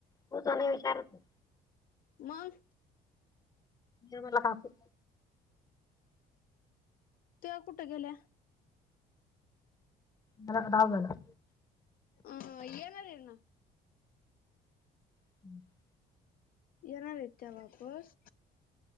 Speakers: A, on the left; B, on the left.
A: होत नाही विचारत आहे.
B: मग
A: निर्मला काकु
B: त्या कुठे गेल्या
A: मला वाटल डाव झाला
B: अं येणारे ना
A: <unintelligible>
B: येणारये त्या वापस